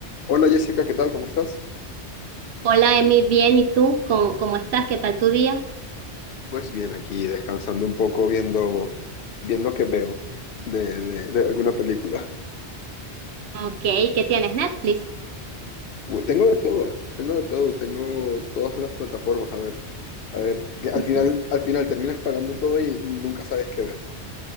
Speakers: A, on the left (about 60°); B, on the right (about 70°).
A: Hola Jessica, ¿qué tal? ¿Cómo estás?
B: Hola, Emi, bien, ¿y tú? ¿Cómo, cómo estás? ¿Qué tal tu día?
A: Pues bien, aquí descansando un poco, viendo, viendo qué veo de, de- de alguna película. <laughs>
B: Ok, ¿qué tienes? Netflix.
A: Pues tengo de todo, tengo de todo, tengo todas las plataformas. A ver, a ver, que al
B: <laughs>
A: final, al final terminas pagando todo y nunca sabes qué ver.